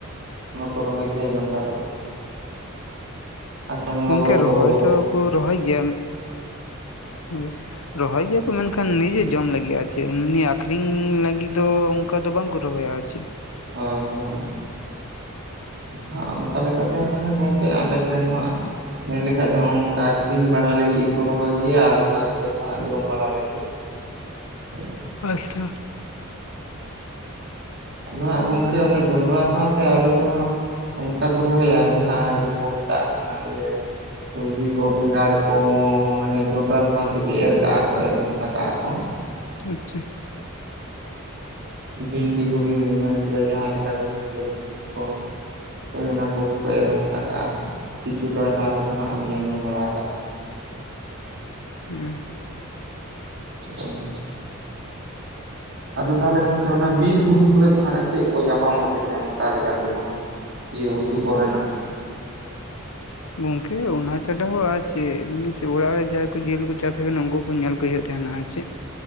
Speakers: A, on the right; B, on the left.
A: ᱢᱮᱠᱚ ᱨᱚᱦᱚᱭ ᱜᱮᱭᱟ ᱡᱚᱱᱰᱨᱟ ᱠᱚᱫᱚ᱾ ᱟᱥᱟᱲ ᱵᱚᱸᱜᱟ
B: ᱜᱚᱝᱠᱮ
A: ᱵᱚᱨ ᱠᱚᱫᱚ
B: ᱨᱚᱦᱚᱭ
A: ᱵᱚᱞᱚ ᱜᱚᱫᱚᱜ
B: ᱫᱚᱠᱩ
A: ᱦᱟᱸᱜ
B: ᱨᱚᱦᱚᱭ ᱜᱮᱭᱟ ᱦᱳᱭ ᱨᱚᱦᱚᱭ ᱜᱮᱭᱟᱠᱚ ᱢᱮᱱᱠᱷᱟᱱ ᱱᱤᱡᱮ ᱡᱚᱢ ᱞᱟᱹᱜᱤᱫ ᱟᱨ ᱪᱮᱫ ᱮᱢᱱᱤ ᱟᱠᱷᱨᱤᱧ ᱞᱟᱹᱜᱤᱫ ᱫᱚ ᱠᱟ ᱫᱚ ᱵᱟᱝᱠᱚ ᱨᱚᱦᱚᱭᱟ ᱟᱨ ᱪᱮᱫ
A: ᱦᱳᱭ ᱦᱳᱭ ᱫᱚ ᱦᱟᱸᱜ ᱚᱝᱠᱟ ᱞᱮᱠᱟᱛᱮ ᱦᱮᱸ ᱜᱚᱝᱠᱮ ᱟᱞᱮ ᱥᱮᱱ ᱦᱚᱸ ᱦᱟᱜ ᱢᱮᱱ ᱞᱮᱠᱷᱟᱡ ᱫᱚ ᱱᱚᱜ ᱚᱱᱠᱟ ᱟᱠᱷᱨᱤᱧ ᱵᱟᱲᱟ ᱞᱟᱹᱜᱤᱫ ᱦᱚᱠᱚ ᱨᱚᱦᱚᱭ ᱜᱮᱭᱟ ᱟᱨ ᱚᱠᱟ ᱠᱚᱨᱮᱫ ᱫᱚ ᱦᱟᱜ ᱡᱚᱢ ᱵᱟᱲᱟ ᱞᱟᱹᱜᱤᱫ ᱦᱮᱸ
B: ᱟᱪᱪᱷᱟ
A: ᱦᱮᱸ ᱟᱫᱚ ᱦᱟᱸᱜ ᱜᱚᱝᱠᱮ ᱚᱱᱮ ᱡᱚᱱᱰᱨᱟ ᱥᱟᱶᱛᱮ ᱟᱹᱨᱤ ᱫᱚ ᱦᱟᱸᱜ ᱚᱝᱠᱟ ᱠᱚ ᱨᱚᱦᱚᱭᱟ ᱡᱟᱦᱟᱸ ᱠᱚ ᱠᱚ ᱢᱮᱛᱟᱜ ᱠᱟᱱᱟ ᱤᱭᱟᱹ ᱥᱚᱵᱡᱤ ᱠᱚ ᱵᱮᱸᱜᱟᱲ ᱠᱚ ᱢᱟᱱᱮ ᱡᱚᱱᱰᱨᱟ ᱥᱟᱶ ᱛᱮᱜᱮ ᱮᱨ ᱠᱟᱜ-ᱟ ᱠᱚ ᱮᱨ ᱢᱮᱥᱟ ᱠᱟᱜ-ᱟ ᱠᱚ᱾
B: ᱟᱪᱪᱷᱟ ᱟᱪᱪᱷ
A: ᱚ ᱵᱷᱮᱱᱰᱤ ᱠᱚᱵᱤᱱ ᱢᱮᱱ ᱠᱮᱫᱟ ᱡᱟᱦᱟ ᱞᱮᱠᱟ ᱵᱤᱱ ᱢᱮᱱ ᱠᱮᱫᱟ ᱵᱷᱮᱱᱰᱤ ᱠᱚ᱾ ᱦᱳᱭ ᱚᱱᱟ ᱠᱚᱜᱮ ᱠᱚ ᱮᱨ ᱢᱮᱥᱟ ᱠᱟᱜᱼᱟ ᱠᱤᱪᱷᱩ ᱴᱟ ᱷᱟᱱᱟ ᱦᱟᱸᱜ ᱟᱱᱟ ᱜᱮᱠᱚ ᱞᱤᱧ ᱟᱸᱡᱚᱢ ᱵᱟᱲᱟ ᱟᱠᱟᱫᱣᱟ᱾
B: ᱦᱮᱸ
A: ᱦᱳᱭ ᱟᱫᱚ ᱛᱟᱦᱚᱞᱮ ᱜᱚᱝᱠᱮ ᱚᱱᱟ ᱵᱤᱨ ᱵᱩᱨᱩ ᱠᱚᱨᱮ ᱫᱚ ᱦᱟᱸᱜ ᱪᱮᱫ ᱠᱚ ᱧᱟᱯᱟᱢᱚᱜ ᱜᱮᱛᱮ ᱚᱱᱠᱟ ᱞᱮᱠᱟ ᱛᱮᱫᱚ? ᱤᱭᱩ ᱩᱴᱩ ᱠᱚᱨᱮ ᱱᱟᱜ᱾
B: ᱜᱚᱝᱠᱮ ᱚᱱᱟ ᱪᱷᱟᱰᱟ ᱦᱚᱸ ᱟᱨ ᱪᱮᱫ ᱮᱢᱱᱮ ᱪᱮᱫ ᱚᱲᱟᱜ ᱨᱮ ᱡᱟᱦᱟᱸᱭ ᱠᱚ ᱡᱤᱭᱟᱞᱤ ᱠᱚ ᱪᱟᱥ ᱟᱠᱟᱱᱟ ᱩᱱᱠᱩ ᱠᱚ ᱧᱮᱞ ᱠᱟᱭᱦᱟᱜ ᱛᱟᱦᱮᱱᱟ ᱟᱨ ᱪᱮᱫ᱾